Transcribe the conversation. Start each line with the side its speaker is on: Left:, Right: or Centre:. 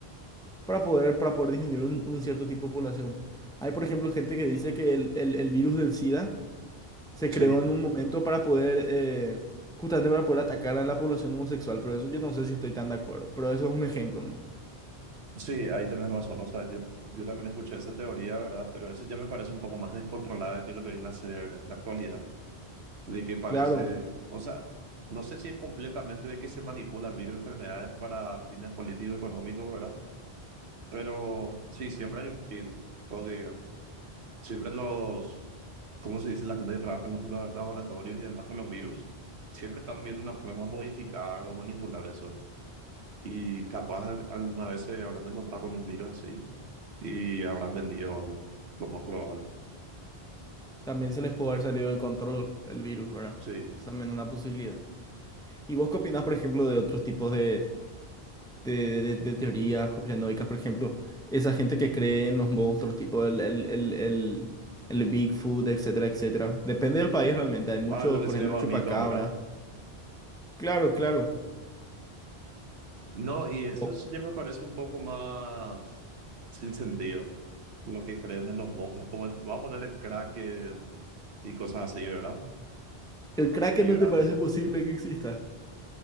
Centre: para poder, para poder disminuir un, un cierto tipo de población. Hay, por ejemplo, gente que dice que el el- el virus del SIDA Se
Right: sí.
Centre: creó en un momento para poder, eh, justamente para poder atacar a la población homosexual, pero eso yo no sé si estoy tan de acuerdo, pero eso es un ejemplo nomás.
Right: Sí, ahí tenés razón. O sea, yo, yo también escuché esa teoría, ¿verdad? Pero eso ya me parece un poco más descontrolada de que lo que viene a ser la actualidad. de que parece,
Centre: Claro,
Right: o sea, no sé si es completamente de que se manipulan virus enfermedades para fines políticos económicos, ¿verdad? Pero sí, siempre hay un fin, porque siempre los, ¿cómo se dice? La gente que trabaja en los la- laboratorios y demás con los virus, siempre están viendo una forma de modificar o manipular eso. Y capaz al- alguna vez se habrán encontrado con un virus así y habrán vendido algo, lo más probable.
Centre: también se les puede haber salido de control el virus, ¿verdad?
Right: Sí.
Centre: Eso también es una posibilidad. ¿Y vos qué opinás, por ejemplo, de otros tipos de, de, de- de teorías conspiranoicas? Por ejemplo, esa gente que cree en los monstruos, tipo el, el, el, el, el Bigfoot, etcétera, etcétera. Depende del país realmente. Hay muchos,
Right: Ah, lo que
Centre: por
Right: sería
Centre: ejemplo,
Right: más
Centre: el chupacabra.
Right: mitos, ¿verdad?
Centre: Claro, claro.
Right: No, y eso
Centre: O-
Right: es- ya me parece un poco más sin sentido, lo que creen en los monstruos. Como el- vamos a poner el Kraken y cosas así, ¿verdad?
Centre: ¿El Kraken
Right: Pie
Centre: no
Right: grande.
Centre: te parece posible que exista?